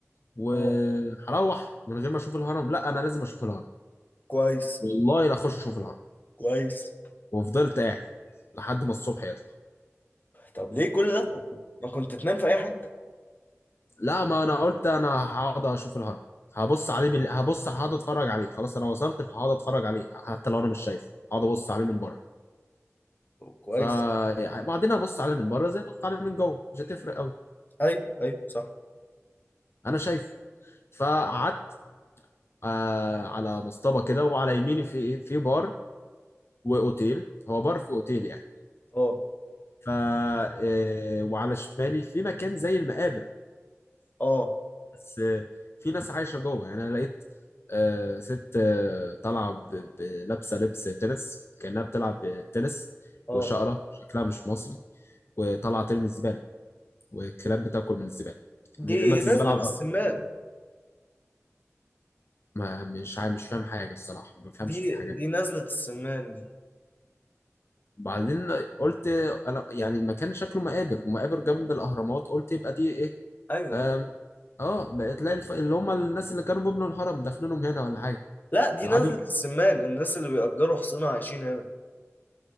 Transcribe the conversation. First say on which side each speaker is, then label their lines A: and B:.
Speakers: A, on the left; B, on the left.
A: وهروح
B: اه
A: من غير ما اشوف الهرم لا انا لازم اشوف الهرم
B: كويس
A: والله لا اخش اشوف الهرم
B: كويس
A: وفضلت قاعد لحد ما الصبح يطلع
B: طب ليه كل ده؟ ما كنت تنام في أي حتة
A: لا ما انا قلت انا هقعد اشوف الهرم هبص عليه بال... هبص هقعد اتفرج عليه خلاص انا وصلت فهقعد اتفرج عليه حتى لو انا مش شايفه هقعد ابص عليه من بره
B: كويس
A: فبعدين ابص عليه من بره زي ما ابص عليه من جوه مش هتفرق قوي
B: أيوه أيوه صح
A: انا شايفه فقعدت آه على مصطبه كده وعلى يميني في ايه في بار واوتيل هو بار في اوتيل يعني
B: اه
A: ف آه، وعلى شمالي في مكان زي المقابر
B: اه
A: بس آه، في ناس عايشه جوه يعني انا لقيت آه، ست آه، طالعه ب- ب- لابسه لبس تنس كانها بتلعب تنس
B: اه
A: وشقره شكلها مش مصري وطالعه ترمي الزباله والكلاب بتاكل من الزباله رمت
B: دي نزلة
A: الزباله على
B: السمان
A: الارض ما مش عا- مش فاهم حاجه الصراحه ما بفهمش
B: دي
A: في الحاجات
B: دي
A: دي
B: نزلة السمان دي
A: وبعدين قلت انا يعني المكان شكله مقابر ومقابر جنب الاهرامات قلت يبقى دي ايه
B: ايوه
A: آم،
B: ايوه
A: اه بقى تلاقي الف... اللي هم الناس اللي كانوا بيبنوا الهرم دفنهم هنا ولا حاجه
B: لا دي
A: العبيد
B: نزلة السمان الناس اللي بيأجروا حصنة عايشين هنا